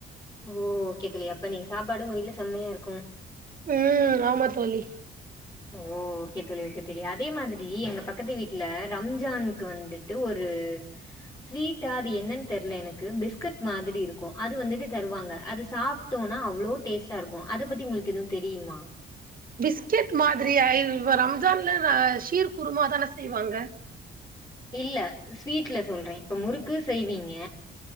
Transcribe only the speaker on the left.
ஓ ஓகே தோழி அப்ப நீங்க சாப்பாடு உங்க வீட்ல செம்மையா இருக்கும்
ஓ ஓகே தோழி ஓகே தோழி அதே மாதிரி எங்க பக்கத்து வீட்ல ரம்ஜானுக்கு வந்துட்டு ஒரு ஸ்வீட்டா அது என்னன் தெரில எனக்கு பிஸ்கட் மாதிரி இருக்கூ அது வந்துட்டு தருவாங்க அது சாப்ட்டோனா அவ்ளோ டேஸ்ட்டா இருக்கூ அது பத்தி உங்களுக்கு எதுவும் தெரியுமா
இல்ல ஸ்வீட்ல சொல்றே இப்ப முறுக்கு செய்வீங்க